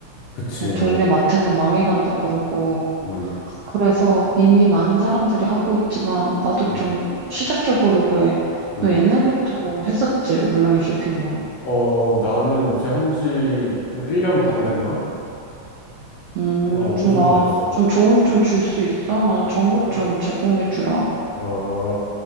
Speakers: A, on the left; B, on the right.
A: 그치.
B: 뭐 동네 마트는 망해간다 그러고.
A: 응.
B: 그래서 이미 많은 사람들이 하고 있지만 나도
A: 응.
B: 좀 시작해보려고 해.
A: 응.
B: 너 옛날부터 했었지, 온라인 쇼핑몰.
A: 어, 나는 이제 한 지, 한 1년 반 됐나?
B: 음,
A: 어,
B: 좀
A: 그 정도
B: 나
A: 됐어.
B: 좀 조언 좀 줄 수 있어? 나 정보
A: 어,
B: 좀 제공해주라.
A: 어,